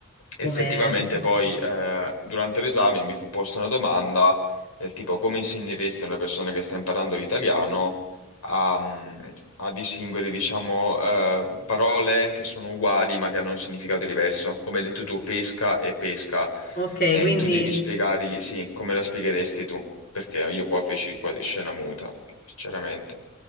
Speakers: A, on the left; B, on the left.
A: come
B: Effettivamente
A: percorso.
B: poi eh, durante l'esame mi fu posta una domanda del tipo come insegneresti a una persona che sta imparando l'italiano a, mm, a distinguere, diciamo, eh, parole che sono uguali ma che hanno un significato diverso. Come hai detto tu, pesca e pesca.
A: Ok,
B: E
A: quindi
B: tu devi spiegare, sì, come la spiegheresti tu? Perché io qua feci quasi scena muta, sinceramente.